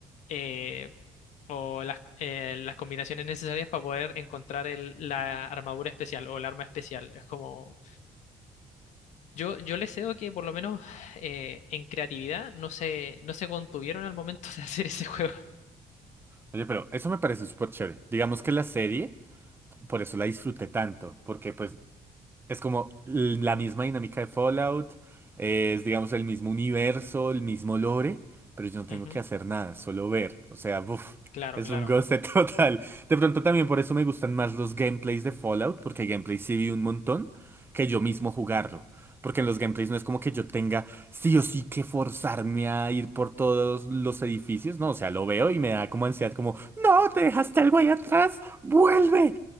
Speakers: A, on the left (about 75°); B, on the right (about 20°).
A: eh, o las, eh, las combinaciones necesarias para poder encontrar el- la armadura especial o el arma especial. Es como, yo, yo les cedo que por lo menos eh, en creatividad no se, no se contuvieron al momento <laughs> de hacer ese juego. <laughs>
B: pero eso me parece súper chévere. Digamos que la serie, por eso la disfruté tanto, porque pues Es como l- la misma dinámica de Fallout, eh, es digamos el mismo universo, el mismo lore, pero yo no tengo
A: Ujú,
B: que hacer nada, solo ver. O sea, buf,
A: Claro,
B: es
A: claro.
B: un goce <laughs> total. De pronto también por eso me gustan más los gameplays de Fallout, porque hay gameplays sí vi un montón, que yo mismo jugarlo. Porque en los gameplays no es como que yo tenga sí o sí que forzarme a ir por todos los edificios, no, o sea, lo veo y me da como ansiedad, como, no, te dejaste al güey atrás, vuelve.